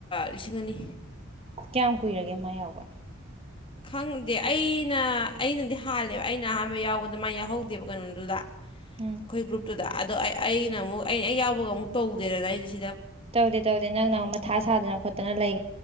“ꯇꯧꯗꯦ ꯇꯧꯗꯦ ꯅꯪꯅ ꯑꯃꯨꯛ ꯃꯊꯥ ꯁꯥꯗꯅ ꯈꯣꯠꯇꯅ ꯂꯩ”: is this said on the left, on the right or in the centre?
Right